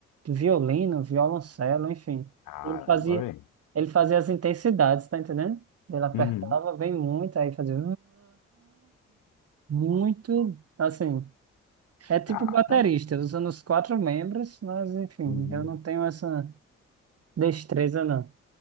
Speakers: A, on the right (about 45°); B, on the left (about 65°).
A: violino, violoncelo, enfim.
B: Caramba,
A: Ele fazia,
B: velho.
A: ele fazia as intensidades, tá entendendo? Ele apertava
B: Uhum.
A: bem muito, aí fazia muito, assim. É tipo
B: Caraca.
A: baterista, usando os quatro membros, mas enfim,
B: Uhum.
A: eu não tenho essa. Destreza não.